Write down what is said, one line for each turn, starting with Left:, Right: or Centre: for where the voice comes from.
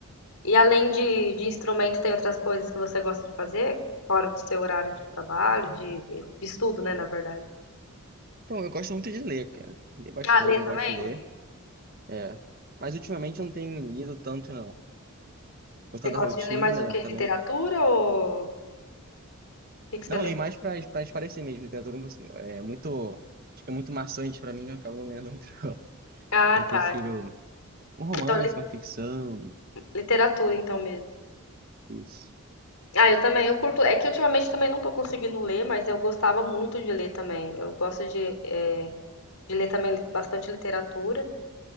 Left: E além de, de instrumento, tem outras coisas que você gosta de fazer, fora do seu horário de trabalho, de, de estudo, né, na verdade.
Right: Então, eu gosto muito de ler, cara. Leio bastante,
Left: Ah, ler
Right: eu
Left: também?
Right: gosto de ler. É. Mas ultimamente eu não tenho lido tanto, não. Por conta
Left: Você gosta
Right: da rotina
Left: de ler mais o quê?
Right: também.
Left: Literatura ou o que que você
Right: Não,
Left: lê?
Right: eu leio mais para para espairecer mesmo. Literatura não consigo- é muito. Acho que é muito maçante para mim, eu acabo não lendo muito, não. <laughs>
Left: Ah,
Right: Aí eu prefiro
Left: tá.
Right: um romance,
Left: Então, li-
Right: uma ficção.
Left: literatura, então mesmo.
Right: Isso.
Left: Ah, eu também, eu curto. É que ultimamente também não tô conseguindo ler, mas eu gostava muito de ler também. Eu gosto de, eh, de ler também bastante literatura,